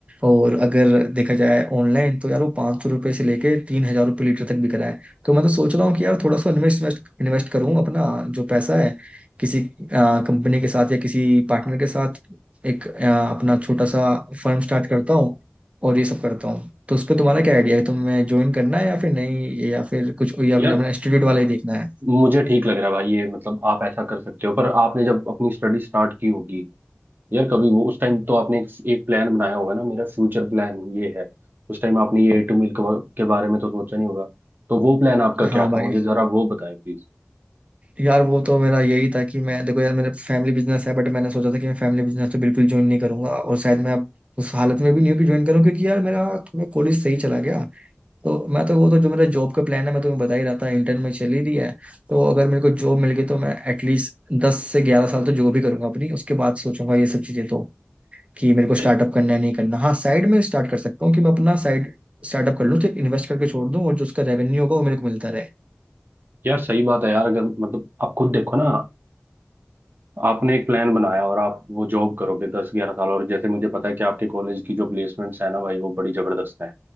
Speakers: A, on the right; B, on the right.
A: और अगर देखा जाए ऑनलाइन तो यार वो पाँच सौ रुपये से लेके तीन हजार रुपये लीटर तक बिक रहा है तो मैं तो सोच रहा हूँ कि यार थोड़ा सा इन्वेस्ट इन्वेस्ट करूँ अपना जो पैसा है किसी कंपनी के साथ या किसी पार्टनर के साथ एक आ, अपना छोटा सा फर्म स्टार्ट करता हूँ और ये सब करता हूँ तो उस पर तुम्हारा क्या आइडिया है तुम्हें ज्वाइन करना है या फिर नहीं या फिर कुछ या
B: यार
A: फिर अपना इंस्टीट्यूट वाला ही देखना है
B: मुझे ठीक लग रहा है भाई ये मतलब आप ऐसा कर सकते हो पर आपने जब अपनी स्टडी स्टार्ट की होगी यार कभी वो उस टाइम तो आपने एक, एक प्लान बनाया होगा ना मेरा फ्यूचर प्लान ये है उस टाइम आपने ये ए टू मिल के बा- के बारे में तो सोचा नहीं होगा तो वो प्लान आपका क्या
A: हाँ भाई
B: था मुझे जरा वो बताएं प्लीज
A: यार वो तो मेरा यही था कि मैं देखो यार मेरा फैमिली बिजनेस है बट मैंने सोचा था कि मैं फैमिली बिजनेस तो बिल्कुल ज्वाइन नहीं करूंगा और शायद मैं अब उस हालत में भी नहीं हूँ कि ज्वाइन करूँ क्योंकि यार मेरा थोड़ा कॉलेज सही चला गया तो मैं तो वो तो जो मेरा जॉब का प्लान है मैं तुम्हें बता ही रहा था इंटर्न में चल ही रही है तो अगर मेरे को जॉब मिल गई तो मैं एटलीस्ट दस से ग्यारह साल तो जॉब ही करूंगा अपनी उसके बाद सोचूंगा ये सब चीजें तो कि मेरे को स्टार्टअप
B: सही
A: करना है नहीं करना हाँ साइड में स्टार्ट कर सकता हूँ कि मैं अपना साइड स्टार्टअप कर लूँ सिर्फ इन्वेस्ट करके छोड़ दूँ और जो उसका रेवेन्यू होगा वो मेरे को मिलता रहे
B: यार सही बात है यार अगर मतलब आप खुद देखो ना आपने एक प्लान बनाया और आप वो जॉब करोगे दस ग्यारह साल और जैसे मुझे पता है कि आपके कॉलेज की जो प्लेसमेंट्स है ना भाई वो बड़ी जबरदस्त है